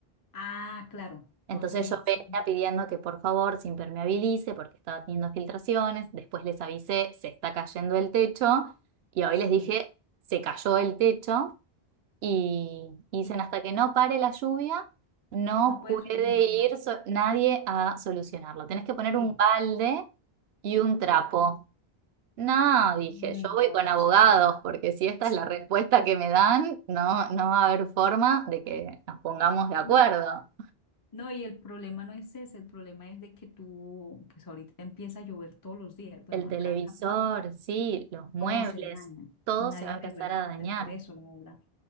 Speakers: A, on the left; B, on the right.
A: ah, claro, entonces
B: Entonces
A: ahí
B: yo
A: sí,
B: venía pidiendo que por favor se impermeabilice porque estaba teniendo filtraciones. Después les avisé, se está cayendo el techo. Y hoy
A: sí,
B: les dije, se cayó el techo. Y, y dicen,
A: sí,
B: hasta que no pare la lluvia, no
A: no pueden
B: puede
A: solucionar nada.
B: ir so- nadie a solucionarlo. Tenés que poner
A: Sí,
B: un balde y un trapo. No, dije,
A: Uy,
B: yo
A: no,
B: voy con
A: eso
B: abogados,
A: sí.
B: porque si
A: <laughs>
B: esta es la respuesta que me dan, no, no va a haber forma de que nos pongamos de acuerdo.
A: No, no, y el problema no es ese, el problema es de que tú, pues ahorita empieza a llover todos los días. Bueno,
B: El
A: acá
B: televisor,
A: también
B: sí, los muebles,
A: todo se daña.
B: todo
A: Nadie
B: se va a empezar
A: le responde
B: a dañar.
A: por eso, la verdad.